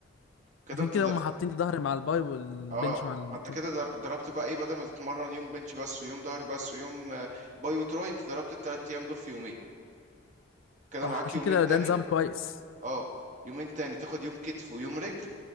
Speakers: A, on the right; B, on the left.
A: كده
B: عشان
A: انت
B: كده
A: د...
B: هم حاطين الظهر مع الباي والبنش
A: اه
B: مع ال...
A: ما انت كده
B: آه.
A: در- ضربت بقى ايه بدل ما تتمرن يوم بنش بس ويوم ظهر بس ويوم آه، باي وتراي انت ضربت التلات ايام دول في يومين كده
B: صح
A: معاك
B: عشان
A: يومين
B: كده
A: تاني
B: ده نظام كويس
A: اه يومين تاني تاخد يوم كتف ويوم رجل